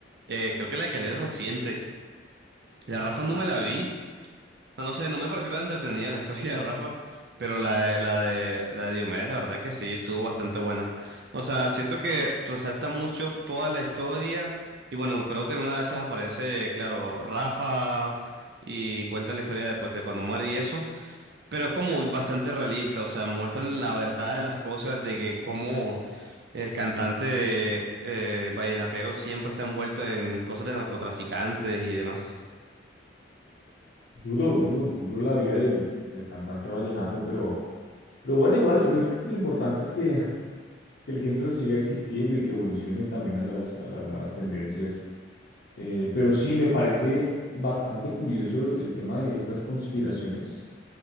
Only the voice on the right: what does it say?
Eh, creo que la que leí es reciente. La Rafa no me la vi, No no sé, no me pareció tan entretenida la historia de Rafa, pero la, de- la de, la de Diomedes, la verdad que sí, estuvo bastante buena. O sea, siento que resalta mucho toda la historia y bueno, creo que en una de esas aparece, claro, Rafa y cuentan la historia después de cuando muere y eso, pero es como bastante realista, o sea, muestran la verdad de las cosas, de que como el cantante de, eh, vallenatero siempre está envuelto en cosas de narcotraficantes y demás.